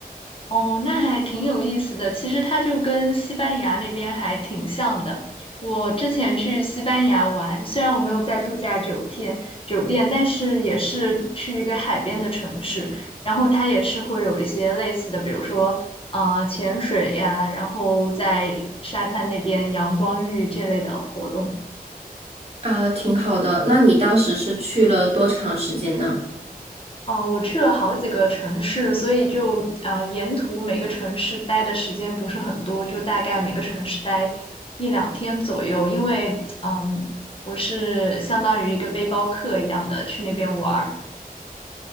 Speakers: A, on the left; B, on the right.
A: 哦，那还挺有意思的。其实它就跟西班牙那边还挺像的。我之前去西班牙玩，虽然我没有在度假酒店酒店，但是也是去一个海边的城市，然后它也是会有一些类似的，比如说呃潜水呀，然后在沙滩那边阳光浴这类的活动。
B: 啊，挺好的。那你当时是去了多长时间呢？
A: 哦，我去了好几个城市，所以就啊，沿途每个城市待的时间不是很多，就大概每个城市待一两天左右。因为嗯，我是相当于一个背包客一样的去那边玩儿，